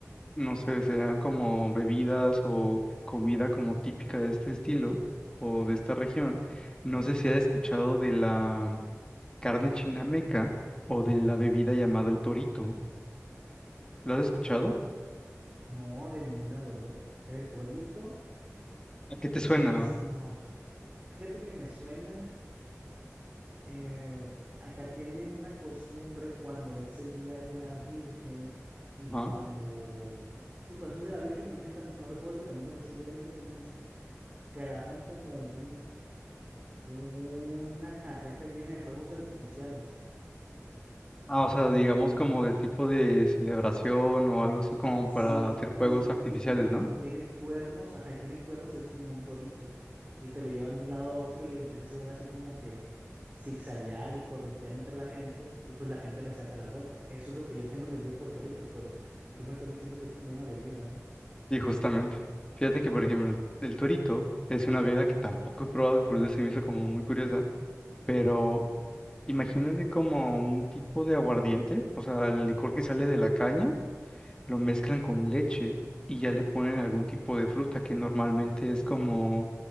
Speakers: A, on the left (about 15°); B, on the right (about 30°).
A: no sé, sean como bebidas o comida como típica de este estilo o de esta región. No sé si has escuchado de la carne chinameca o de la bebida llamada el torito. ¿Lo has escuchado?
B: Mm, No, de ninguna de los dos. El torito.
A: ¿A qué te suena,
B: Me, s-
A: güey?
B: no, fíjate que me suena, eh, acá tienen una costumbre cuando es el Día de la Virgen y
A: Ajá.
B: cuando, sí, cuando es el Día de la Virgen, y no sé si tam- no recuerdo si también cuando es el Día de la Independencia, que agarran como un, una carreta llena de fuegos artificiales.
A: Ah, o sea, digamos
B: Y,
A: como de tipo de celebración o algo así como
B: Sí,
A: para hacer juegos
B: y,
A: artificiales,
B: y tiene,
A: ¿no?
B: y tiene cuernos, ajá, y tiene cuernos y es como un torito. Y te lo llevan de un lado a otro y empieza a hacer así como que zigzaguear y corretear entre la gente, y pues la gente le saca la vuelta. Eso es lo que yo tengo <laughs> entendido por torito, pero tú me estás diciendo que es como una bebida, ¿no?
A: Y justamente. Fíjate que, por ejemplo, el, el torito es una bebida que tampoco he probado y por eso se me hizo como muy curiosa, pero Imagínate como un tipo de aguardiente, o sea, el licor que sale de la caña, lo mezclan con leche y ya le ponen algún tipo de fruta que normalmente es como